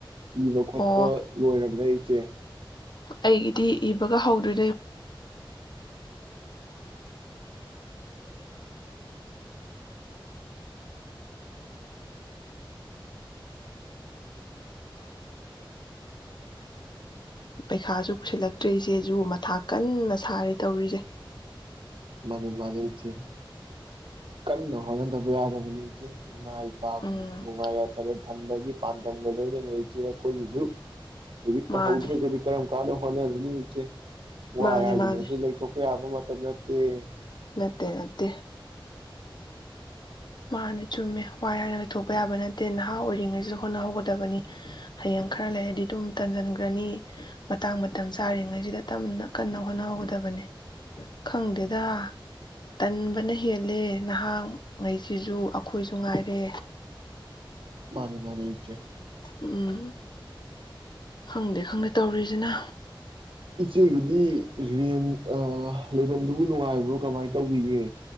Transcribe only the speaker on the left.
ꯑꯣ
ꯑꯩꯒꯤꯗꯤ ꯏꯕꯒ ꯍꯧꯗꯔ꯭ꯤ ꯄꯩꯈꯥꯁꯨ ꯀꯨꯏꯁꯤꯜꯂꯛꯇ꯭ꯔ ꯏꯦꯆꯦꯁꯨ ꯃꯊꯥ ꯀꯟꯅ ꯁꯥꯔꯤ ꯇꯧꯔꯤꯁꯦ
ꯎꯝ
ꯃꯥꯅꯦ
ꯃꯥꯅꯦ
ꯃꯥꯅꯦ
ꯅꯠꯇꯦ ꯅꯠꯇꯦ ꯃꯥꯅ ꯆꯨꯝꯃꯦ ꯋꯥꯏ ꯍꯥꯏꯅ ꯂꯩꯊꯣꯛꯄ ꯌꯥꯕ ꯅꯠꯇꯦ ꯅꯍꯥ ꯑꯣꯏꯔꯤꯉꯩꯁꯤꯗ ꯍꯣꯠꯅꯍꯧꯒꯗꯕꯅꯤ ꯍꯌꯦꯡ ꯈꯔ ꯂꯩꯔꯗꯤ ꯑꯗꯨꯝ ꯇꯟꯖꯟꯒꯔ꯭ ꯅꯤ ꯃꯇꯥꯡ ꯃꯇꯝ ꯆꯥꯔꯤꯉꯩꯁꯤꯗ ꯇꯞꯅ ꯀꯟꯅ ꯍꯣꯠꯅꯍꯧꯒꯗꯕꯅꯦ ꯈꯪꯗꯦꯗ ꯇꯟꯕꯅ ꯍꯦꯜꯂꯦ ꯅꯍꯥ ꯉꯩꯁꯤꯁꯨ ꯑꯩꯈꯣꯏꯁꯨ ꯉꯥꯏꯔꯦ
ꯎꯝ ꯈꯪꯗꯦ ꯈꯪꯗꯦ ꯇꯧꯔꯤꯖꯤꯅ